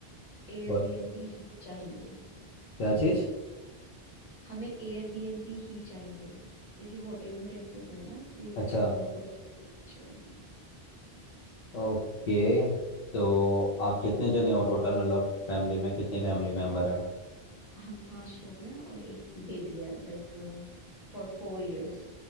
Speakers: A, on the left (about 35°); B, on the left (about 50°).
A: एयरबीएनबी
B: बोल
A: ही चाहिए
B: क्या चीज़
A: हमें एयरबीएनबी ही चाहिए किसी होटल में रेस्ट नहीं करना ये
B: अच्छा
A: हमें बस एयरबीएनबी चाहिए
B: ओके तो आप कितने जने हो टोटल मतलब फैमिली में कितने फैमिली मेम्बर
A: हम्म,
B: हैं
A: हम पांच लोग हैं और एक बेबी है लाइक फॉर फोर इयर्स